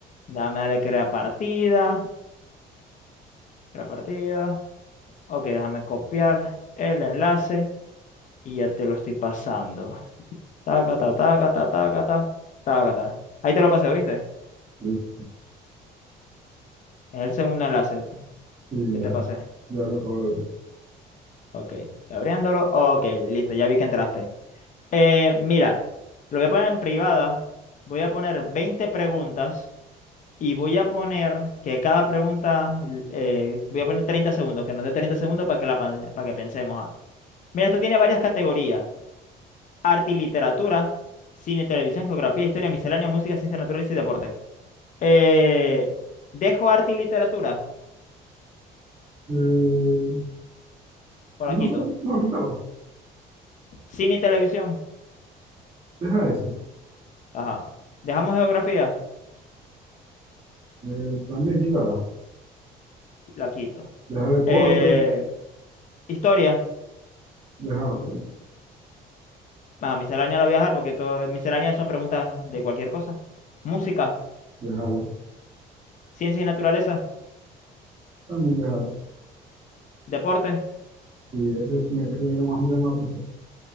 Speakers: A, on the left (about 50°); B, on the right (about 35°).
A: Dame darle crear partida. Crear partida. Ok, déjame copiar el enlace y ya te lo estoy pasando. Taca, ta, taca, ta, taca, ta, taca, ta. Ahí te lo pasé, ¿viste?
B: Sí,
A: Es el segundo enlace
B: sí,
A: que
B: ya,
A: te pasé.
B: ya lo acabo de ver.
A: Ok, abriéndolo. Ok, listo, ya vi que entraste. Eh, mira, lo voy a poner en privada, voy a poner 20 preguntas y voy a poner que cada pregunta, l- eh, voy a poner 30 segundos, que nos dé 30 segundos para que, la, pan- para que pensemos. ah. Mira, esto tiene varias categorías, arte y literatura, cine, televisión, geografía, historia, miscelánea, música, ciencias naturales y deporte. Eh, ¿dejo arte y literatura?
B: Eh,
A: O
B: no
A: la quito.
B: sé, no, quítala.
A: ¿Cine y televisión?
B: Deja eso.
A: Ajá. ¿Dejamos geografía?
B: Eh, también quítala.
A: La quito.
B: Deja deporte,
A: Eh, ¿historia?
B: déjala también.
A: Ah, miscelánea la voy a dejar porque todo, misceláneas son preguntas de cualquier cosa. Música,
B: Déjala,
A: ciencia y naturaleza,
B: también déjala.
A: deporte.
B: Sí, ese me- ese es el que más me llama la atención.